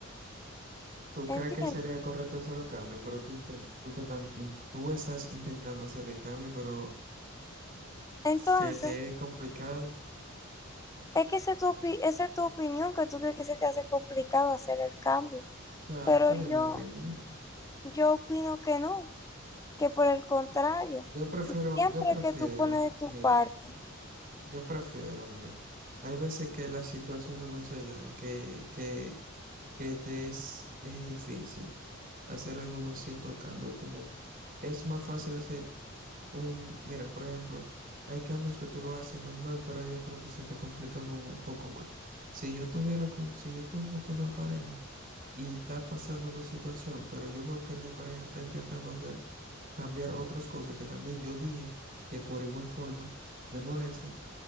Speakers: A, on the right; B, on the left.
A: tú
B: ¿Entiendes?
A: crees que sería correcto hacer el cambio, pero tú, inten- tú, te tan- in- tú estás intentando hacer el cambio, pero
B: Entonces,
A: se te es complicado.
B: es que esa es tu, opi- esa es tu opinión, que tú crees que se te hace complicado hacer el cambio.
A: Exacto,
B: Pero
A: es mi
B: yo...
A: opinión.
B: Yo opino que no, que por el contrario,
A: Yo prefiero,
B: siempre
A: yo prefiero,
B: que tú pones de tu
A: mira,
B: parte.
A: yo prefiero, mira, hay veces que las situaciones no se dan, que, que, que te es, es difícil hacer algunos ciertos cambios, como es más fácil hacer Un, mira, por ejemplo, hay cambios que tú lo haces normal, pero hay otros que se te complican un, un poco más. Si yo tuviera con, si yo tengo con una pareja y está pasando una situación, pero yo veo que la pareja está intentando hacer cambiar otras cosas que también yo dije que por igual forma me molestan,